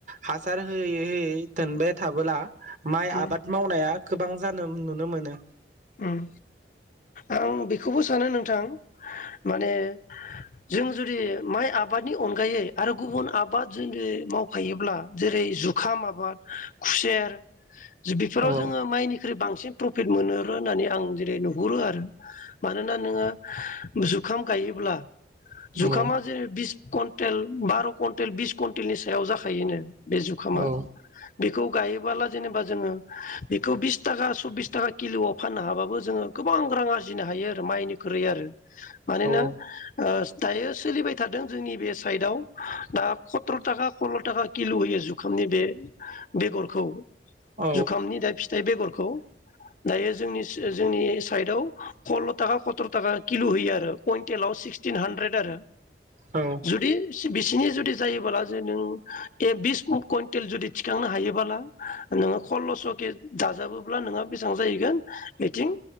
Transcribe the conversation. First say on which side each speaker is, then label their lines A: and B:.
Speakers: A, on the right; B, on the left.
A: हासार होयै होयै दोनबेद थाबोला माइ
B: उम
A: आबाद मावनाया गोबां जानो उम नुनो मोनो
B: उम आं बेखौबो सानो नोंथां माने जों जुदि माइ आबादनि अनगायै आरो गुबुन आबाद जुदि मावफायोब्ला जेरै जुखाम आबाद, खुसेर जुददि फोराव
A: औ
B: जोङो माइनिख्रुइ बां सिन प्रफिट मोनो ओ होननानै आं जेरै नुहुरो आरो मानोना नोङो जुखाम गायोब्ला जुखामा
A: औ
B: जेरै बिस कवन्टेल बार' कवन्टेल बिस कवन्टेलनि सायाव जाखायोनो बे जुखामा
A: औ
B: बेखौ गायोबाला जेनेबा जोङो बेखौ बिसताका सब्बिसताका किलुआव फाननो हाबाबो जोङो गोबां रां आरजिनो हायो आरो माइनिख्रुैइ आरो मानोना
A: औ
B: ओ स दायो सोलिबाय थादों जोंनि बे साइदआव दा खर्तताका खल्ल' ताका किल' होयो जुखामनि बे बेगरखौ
A: औ
B: जुखामनि दा फिथाइ बेगरखौ दायो जोंनिस ओ जोंनि साइदआव खल्ल' ताका खथ्र' ताका किलु होयो आरो कइन्टेलाव सिक्सटिन हानद्रेद आरो
A: औ
B: जुदि स बिसिनि जुदि जायोबाला जे नों ए बिस कु कइनटेल जुदि थिखांनो हायोबाला नोङो खल्ल'स' के दाजाबोब्ला नोंहा बेसां जाहैगोन इथिं